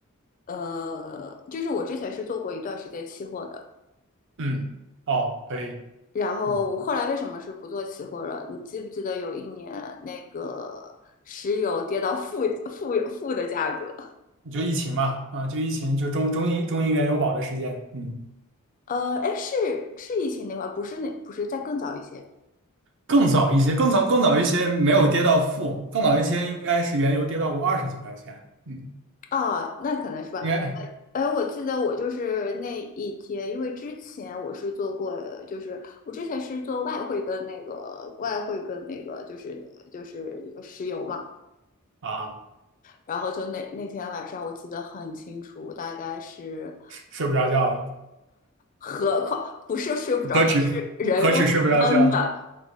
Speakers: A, on the left; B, on the right.
A: 呃，就是我之前是做过一段时间期货的，
B: 嗯，哦，可以，
A: 然后我后来为什么是不做期货了？
B: 嗯，
A: 你记不记得有一年那个石油跌到负负负的价格？
B: 就疫情嘛，啊，就疫情，就中中银中银原油宝的事件，嗯，
A: 呃，哎，是是疫情那会儿，不是那不是再更早一些。
B: 更早一些，更早更早一些没有跌到负，更早一些应该是原油跌到过二十几块钱，嗯，
A: 啊，那可能是吧。
B: 应该
A: 哎，我记得我就是那一天，因为之前我是做过，就是我之前是做外汇跟那个外汇跟那个就是就是石油嘛，
B: 啊，
A: 然后就那那天晚上我记得很清楚，大概是
B: 睡不着觉了，
A: 何况不是睡不着觉，
B: 何止
A: 是人都是懵的，
B: 何止睡不着觉，